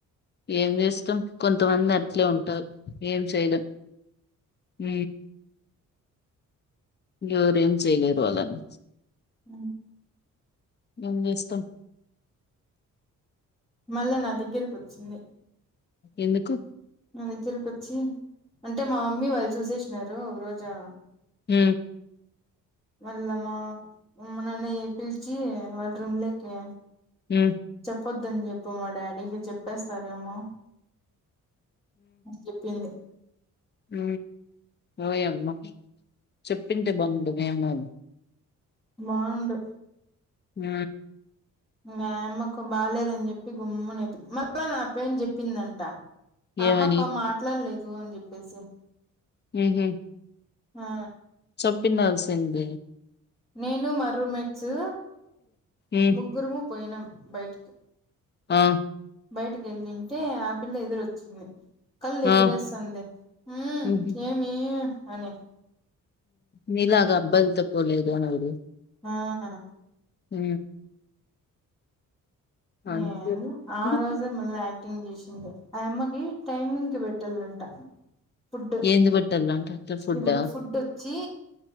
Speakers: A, on the left (about 35°); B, on the left (about 15°).
A: ఏం చేస్తాం కొంతమంది అట్లే ఉంటారు ఏం చేయలే హ ఎరు ఏం చేయలేరు అళని
B: అ
A: మం ఇస్తాం
B: మళ్ళ నా దగ్గిర్ కుతు చిన్న
A: ఎందుకు
B: మా దగ్గరకు వచ్చి అంటే మా మమ్మీ వాళ్ళు చూసేసినారు రోజా
A: హ
B: మళ్ళా మా నన్ను పిలిచి వాళ్ళ రూమ్లకి
A: హ
B: చెప్పొద్దని చెప్పు మా డాడీకి చెప్పేస్తారేమో చెప్పింది
A: హ ఓయమ్మా చెప్పింటే బాగుంది మేము
B: మడు
A: ఆ
B: మా అమ్మకు బాలేదని చెప్పి గుమ్ము నేప్పింది మళ్ళా నా పెన్ చెప్పిందంట ఆ
A: ఏమని
B: పాప మాట్లాడలేదు అని చెప్పేసి
A: హహ
B: ఆా
A: సొప్పినల్ సింగ్
B: నేను మా రూమ్మేట్స్
A: ఉమ్
B: ముగ్గురుము పోయినాం బయటికి
A: ఆ
B: బయటకి వెళ్ తింటే ఆ పిల్ల ఎదురుచ్చింది కళ ఎగిరేందే
A: ఆ
B: హ
A: ఉహు
B: ఏమి అని
A: నీలాగా అబ్బాలతో పోలేదు అనాలి
B: ఆహా
A: హ అంతే
B: ఏ ఆ రోజే మళ్ళీ యాక్టింగ్ చేసింది ఆయమ్మకి టైమింగ్కి పెట్టాలంట ఫుడ్
A: ఏంది పెట్టాలంట అట్లా ఫుడ్డా
B: ఇప్పుడు ఫుడ్ వచ్చి